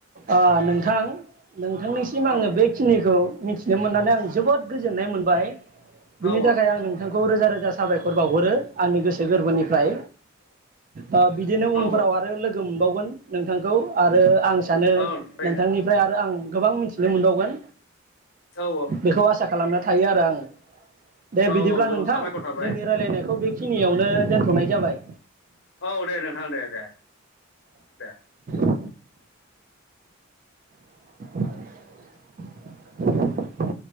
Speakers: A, on the right; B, on the left.
A: ओ नोंथां नोंथांनिसिम आङो
B: औ
A: बेखिनिखौ मिथिनो मोननानै आं जोबोद गोजोननाय मोनबाय । बिनि
B: औ
A: थाखाय आं नोंथांखौ रोजा रो जा साबायखर बावहरो आंनि गोसो गोरबोनिफ्राय ओ बिदिनो
B: औ
A: उनफोराव आरो लोगो बावगोन नोंथांखौ आरो आं सानो
B: औ थारैनो
A: नोंथांनिफ्राय आरो आं गोबां मिथिनो मोनबावगोन
B: औ
A: बेखौ आसा खालामनानै थायो आरो आं । दे
B: औ
A: बिदिब्ला
B: जोबोद
A: नोंथां
B: साबायखर थाबाय
A: जोंनि रायलायनायखौ बेखिनियावनो दोनथ'नाय जाबाय
B: औ दे नोंथां दे दे दे
A: । <unintelligible> <unintelligible>